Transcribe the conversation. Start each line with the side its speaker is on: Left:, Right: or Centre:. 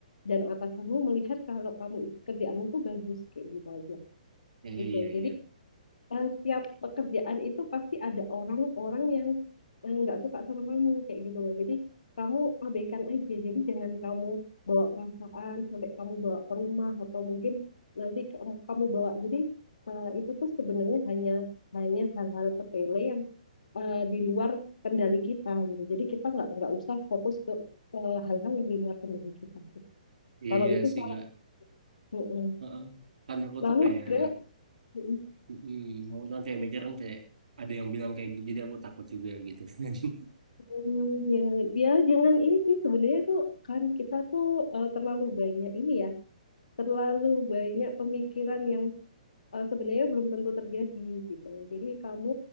Left: dan atasanmu melihat kalau kamu kerjaanmu tuh bagus kayak gitu aja
Right: Iya,
Left: gitu
Right: iya,
Left: jadi
Right: iya.
Left: eh, setiap pekerjaan itu pasti ada orang-orang yang eh, nggak suka sama kamu kayak gitu loh. Jadi kamu abaikan aja. Jadi jangan kamu bawa perasaan sampai kamu bawa ke rumah atau mungkin nanti kamu, kamu bawa. Jadi eh, itu tuh sebenarnya hanya hanya hal-hal sepele yang eh, di luar kendali kita gitu. Jadi kita nggak nggak usah fokus ke eh, hal-hal yang di luar kendali kita.
Right: Iya
Left: Kalau itu
Right: sih,
Left: salah.
Right: Kak.
Left: Mm-mm.
Right: Heeh. Kan aku
Left: Lalu
Right: tuh kayak
Left: juga, mm-mm.
Right: Mm-mm. Maksudnya kayak mikir kan kayak ada yang bilang kayak gitu, jadi aku takut juga gitu kan. <laughs>
Left: Hmm, ya, ya jangan ini sih sebenarnya tuh kan kita tuh eh, terlalu banyak ini ya, terlalu banyak pemikiran yang eh, sebenarnya belum tentu terjadi gitu. Jadi kamu